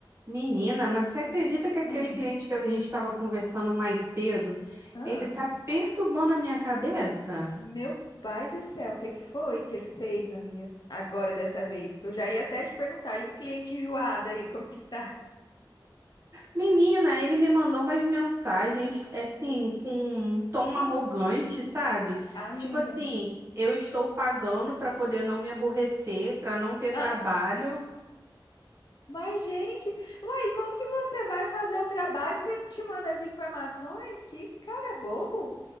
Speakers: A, on the right; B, on the left.
A: Menina, mas você acredita que
B: Ah,
A: aquele cliente que a gente estava conversando mais cedo,
B: ah,
A: ele tá perturbando a minha cabeça?
B: meu pai do céu, o que que foi que ele fez, amiga? Agora dessa vez, que eu já ia até te perguntar, e o cliente enjoado aí, como que tá?
A: Menina, ele me mandou umas mensagens assim com um tom
B: Hum.
A: arrogante, sabe?
B: Ai,
A: Tipo
B: ai,
A: assim,
B: ai.
A: eu estou pagando para poder não me aborrecer, para não ter
B: Ah,
A: trabalho.
B: mas, gente, uai, como que você vai fazer o trabalho se ele não te manda as informações? Que cara bobo.